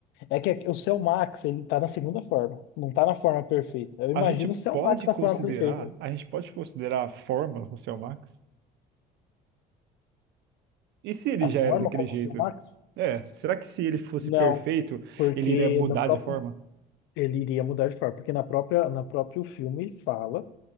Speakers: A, on the left; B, on the right.
A: É que o Cell Max, ele tá na segunda forma. Não tá na forma perfeita. Eu imagino
B: A gente
A: o Cell
B: pode
A: Max na
B: considerar,
A: forma perfeita.
B: a gente pode considerar formas no seu Max? E se ele
A: A
B: já
A: forma
B: era daquele
A: como
B: jeito?
A: o Cell Max?
B: É, será que se ele fosse
A: Não,
B: perfeito,
A: porque
B: ele iria mudar
A: da própria,
B: de forma?
A: ele iria mudar de forma. Porque na própria, na próprio filme fala